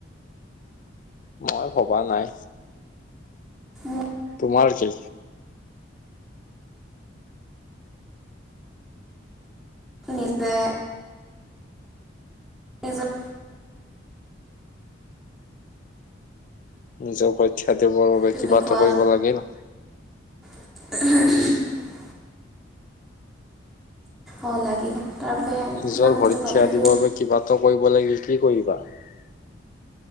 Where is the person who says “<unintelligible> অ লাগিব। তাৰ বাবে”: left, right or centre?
Centre